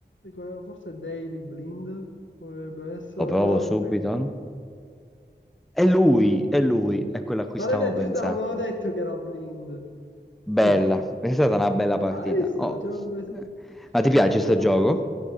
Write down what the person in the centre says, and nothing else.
Lo
provo subito,
no? È lui, è lui, è quello a cui
stavo
pensando.
Bella,
è stata una bella partita.
Oh.
Ma ti piace
sto
gioco?